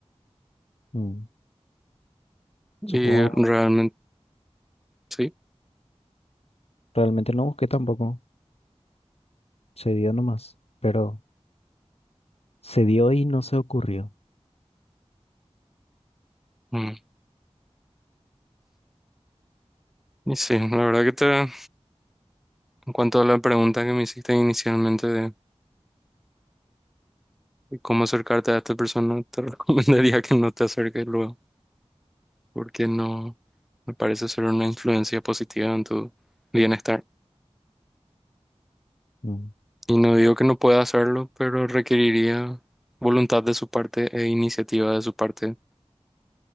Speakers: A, on the left (about 65°); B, in the centre.
A: Mm,
B: Y
A: Supongo,
B: realmente, sí.
A: realmente no busqué tampoco, se dio nomás, pero se dio y no se ocurrió.
B: Mm. Y sí, la verdad que te, en cuanto a la pregunta que me hiciste inicialmente de cómo acercarte a esta persona, te <laughs> recomendaría que no te acerques luego, porque no me parece ser una influencia positiva en tu bienestar.
A: Mm,
B: Y no digo que no pueda hacerlo, pero requeriría voluntad de su parte e iniciativa de su parte